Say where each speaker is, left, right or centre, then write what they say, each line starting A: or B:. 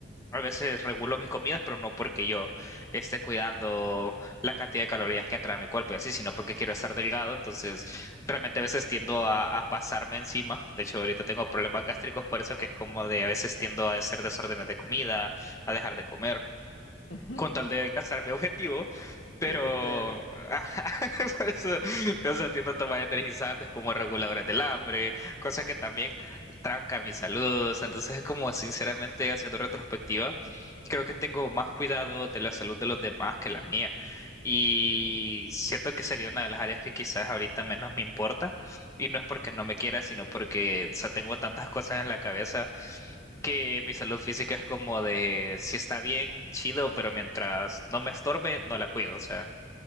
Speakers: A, on the left (about 15°); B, on the left (about 80°).
A: a veces regulo mis comidas, pero no porque yo esté cuidando la cantidad de calorías que entra a mi cuerpo y así, sino porque quiero estar delgado, entonces realmente a veces tiendo a, a pasarme encima, de hecho ahorita tengo problemas gástricos por eso que es como de a veces tiendo a hacer desórdenes de comida, a dejar de comer
B: ujú.
A: con tal de alcanzar mi objetivo,
B: Sí,
A: pero
B: te creo.
A: <laughs> por eso, o sea, tiendo a tomar energizantes como reguladores del hambre, cosa que también tranca mis saludos, entonces es como sinceramente haciendo retrospectiva, creo que tengo más cuidado de la salud de los demás que la mía. Y siento que sería una de las áreas que quizás ahorita menos me importa. Y no es porque no me quiera, sino porque, o sea, tengo tantas cosas en la cabeza que mi salud física es como de si está bien, chido, pero mientras no me estorbe, no la cuido. O sea,